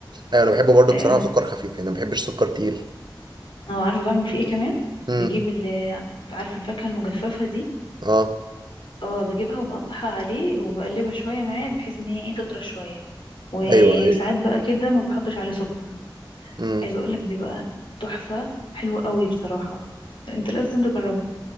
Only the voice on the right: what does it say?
ايوه انا بحبه برضه
بصراحه سكر خفيف يعني ما بحبش سكر تقيل
امم
اه
ايوه ايوه
مم.